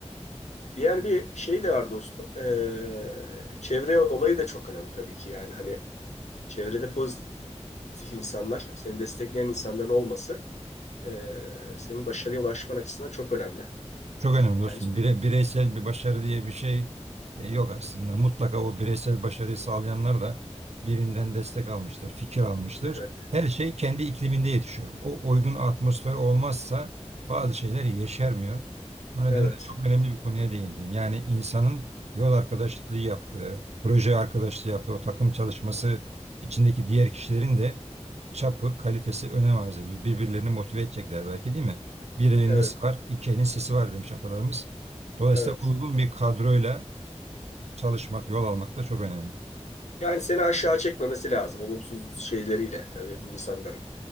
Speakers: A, on the left; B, on the right.
A: Diğer bir şey de var dostum. Ee, çevre olayı da çok önemli tabii ki yani hani çevrede pozitif insanlar, seni destekleyen insanların olması ee, senin başarıya ulaşman açısından çok önemli.
B: Çok önemli dostum.
A: Yani
B: Bire- bireysel bir başarı diye bir şey e, yok aslında. Mutlaka o bireysel başarıyı sağlayanlar da birinden destek almıştır, fikir almıştır.
A: evet,
B: Her şey kendi ikliminde yetişiyor. O uygun atmosfer olmazsa bazı şeyler yeşermiyor. O nedenle
A: evet,
B: çok önemli bir konuya değindin. Yani insanın yol arkadaşlığı yaptığı, proje arkadaşlığı yaptığı, o takım çalışması içindeki diğer kişilerin de çapı, kalitesi önem arz ediyor. Birbirlerini motive edecekler belki değil mi? Bir elin
A: evet,
B: nesi var, iki elin sesi var demiş atalarımız. Dolayısıyla
A: evet.
B: uygun bir kadroyla çalışmak, yol almak da çok önemli.
A: Yani seni aşağı çekmemesi lazım olumsuz şeyleriyle tabii bu insanların.